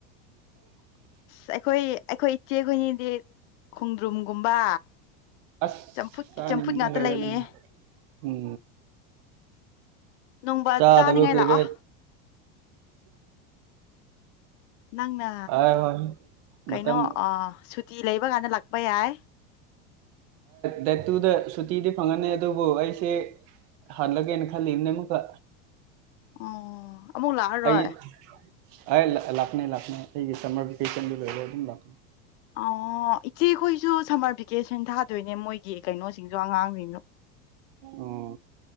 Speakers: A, on the right; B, on the left.
A: <inaudible>
B: ꯑ ꯑꯩꯈꯣꯏ ꯑꯩꯈꯣꯏ ꯏꯆꯦꯈꯣꯏꯅꯤꯗꯤ ꯈꯣꯡꯗ꯭ꯔꯨꯝꯒꯨꯝꯕ
A: ꯑꯁ
B: ꯆꯝꯐꯨꯠꯀꯤ
A: ꯆꯥꯅꯤꯡꯕꯅ
B: ꯆꯝꯐꯨꯠ ꯉꯥꯛꯇ
A: ꯂꯣꯏꯔꯦ
B: ꯂꯩꯌꯦ
A: ꯑꯗꯨꯝ ꯎꯝ
B: ꯅꯣꯡꯃ
A: ꯆꯥꯗꯕ
B: ꯆꯥꯅꯤꯡꯉꯥꯏ
A: ꯀꯨꯏꯔꯦ
B: ꯂꯥꯛꯑꯣ ꯅꯪꯅ
A: ꯍꯣꯏ ꯍꯣꯏ
B: ꯀꯩꯅꯣ
A: ꯃꯇꯝ
B: ꯁꯨꯇꯤ ꯂꯩꯕ ꯀꯥꯟꯗ ꯂꯥꯛꯄ ꯌꯥꯏ
A: ꯗꯦꯠ ꯇꯨꯗ ꯁꯨꯇꯤꯗꯤ ꯐꯪꯒꯅꯤ ꯑꯗꯨꯕꯨ ꯑꯩꯁꯦ ꯍꯜꯂꯒꯦꯅ ꯈꯜꯂꯤꯕꯅꯦ ꯑꯃꯨꯛꯒ
B: ꯑꯣ ꯑꯃꯨꯛ ꯂꯥꯛꯑꯔꯣꯏ
A: ꯑꯩ ꯂꯥꯛꯒꯅꯤ ꯂꯥꯛꯒꯅꯤ ꯑꯩꯒꯤ ꯁꯝꯃꯔ ꯚꯦꯀꯦꯁꯟꯗꯨ ꯂꯣꯏꯔꯒ ꯑꯗꯨꯝ ꯂꯥꯛꯄꯒꯤ
B: ꯑꯣ ꯏꯆꯦꯈꯣꯏꯁꯨ ꯁꯝꯃꯔ ꯚꯦꯀꯦꯁꯟ ꯊꯥꯗꯣꯏꯅꯦ ꯃꯣꯏꯒꯤ ꯀꯩꯅꯣꯁꯤꯡꯁꯨ ꯑꯉꯥꯡꯁꯤꯡꯗꯣ
A: ꯑꯣ